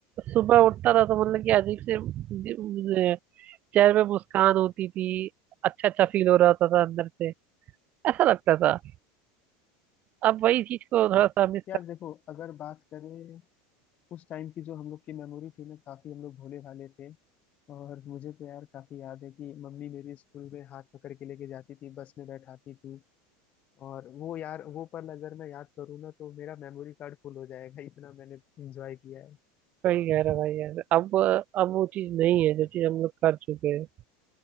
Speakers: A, on the right; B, on the left.
A: सुबह उठता था तो मतलब कि अजीब से दि- मुझे चेहरे पे मुस्कान होती थी अच्छा अच्छा फील हो रहा था, था अंदर से ऐसा लगता था अब वही चीज को थोड़ा सा मिस
B: यार देखो अगर बात करें उस टाइम की जो हम लोग की मेमोरी थी ना काफी हम लोग भोले भाले थे और मुझे तो यार काफी याद है कि मम्मी मेरी स्कूल में हाथ पकड़ के लेके जाती थी बस में बैठाती थी और वो यार वो पल अगर मैं याद करूँ ना तो मेरा मेमोरी कार्ड फुल हो जाएगा इतना मैंने एंजॉय किया है
A: सही कह रहा भाई यार अब अब वो चीज नहीं है जो चीज हम लोग कर चुके हैं